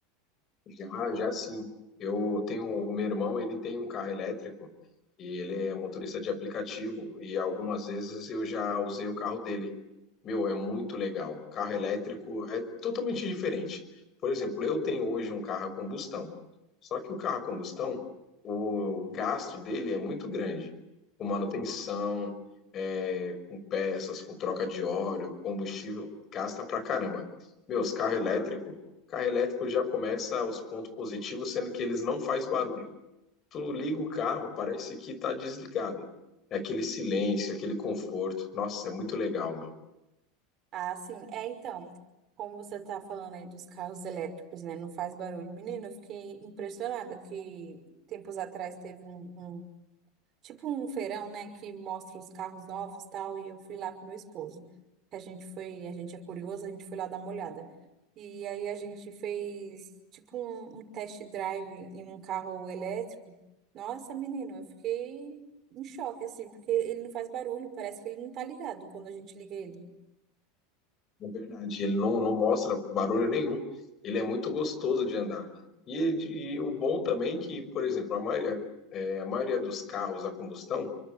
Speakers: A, on the left; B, on the right.
A: Já, já sim. Eu tenho o meu irmão, ele tem um carro elétrico e ele é motorista de aplicativo e algumas vezes eu já usei o carro dele. Meu, é muito legal. Carro elétrico é totalmente diferente. Por exemplo, eu tenho hoje um carro a combustão. Só que o carro a combustão, o gasto dele é muito grande. Com manutenção, é, com peças, com troca de óleo, combustível, gasta pra caramba. Meus carro elétrico, carro elétrico já começa os pontos positivos, sendo que eles não faz barulho. Tu liga o carro, parece que tá desligado. É aquele silêncio, aquele conforto. Nossa, é muito legal, meu.
B: Ah, sim, é, então, como você tá falando aí dos carros elétricos, né? Não faz barulho. Menino, eu fiquei impressionada que tempos atrás teve um, um tipo um feirão, né, que mostra os carros novos e tal, e eu fui lá com meu esposo. A gente foi, a gente é curioso, a gente foi lá dar uma olhada. E aí a gente fez tipo um, um test drive em um carro elétrico. Nossa, menino, eu fiquei em choque assim, porque ele não faz barulho, parece que ele não tá ligado quando a gente liga ele.
A: na verdade. Ele não, não mostra barulho nenhum. Ele é muito gostoso de andar. E, ele- e o bom também é que, por exemplo, a maioria, é, a maioria dos carros a combustão